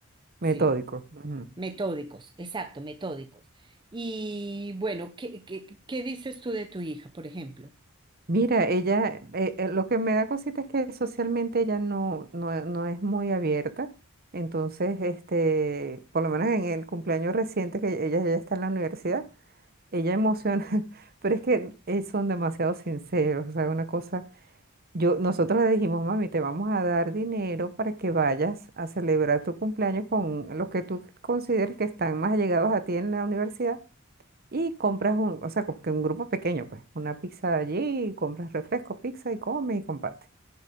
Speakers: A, on the right; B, on the right.
A: metódico.
B: Sí.
A: Ujú.
B: Metódicos, exacto, metódicos. Y bueno, ¿qué, qué, qué dices tú de tu hija, por ejemplo?
A: Mira, ella, eh, eh, lo que me da cosita es que socialmente ella no, no, e- no es muy abierta. Entonces, este, por lo menos en el cumpleaños reciente que ella ya está en la universidad, ella emociona, <laughs> pero es que eh, son demasiado sinceros, o sea, una cosa Yo, nosotros le dijimos, mami, te vamos a dar dinero para que vayas a celebrar tu cumpleaños con los que tú consideres que están más allegados a ti en la universidad y compras un, o sea, como que un grupo pequeño, pues, una pizza allí, compras refresco, pizza y comes y compartes.